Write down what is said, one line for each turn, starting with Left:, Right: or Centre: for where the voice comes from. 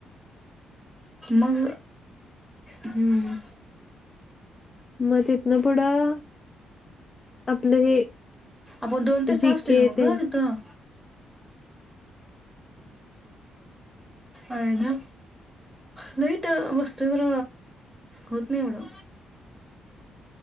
Centre: मग हम्म.
Left: मग तिथन पुढं आपलं हे
Centre: आपण दोन ते सहा
Left: जी
Centre: असतोय,
Left: के
Centre: नव्हं
Left: तेन
Centre: गं तिथं? आहे ना? नाही इथं वस् तर होत निवडू.